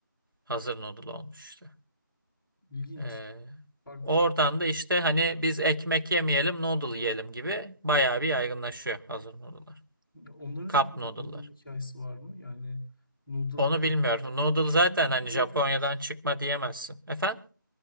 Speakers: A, on the right; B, in the centre.
A: Hazır noodle olmuş işte.
B: İlginç.
A: Ee,
B: Farklı
A: oradan
B: bir hikaye.
A: da işte hani biz ekmek yemeyelim noodle yiyelim gibi bayağı bir yaygınlaşıyor hazır noodle'lar.
B: Ya Ondan önce
A: Cup
B: peki
A: noodle'lar.
B: bir noodle hikayesi var mı? Yani noodle
A: Onu
B: hazırda
A: bilmiyorum.
B: yenen çok
A: Noodle
B: bir şey
A: zaten
B: mi yoksa
A: hani
B: böyle
A: Japonya'dan
B: çok basit?
A: çıkma diyemezsin. Efendim?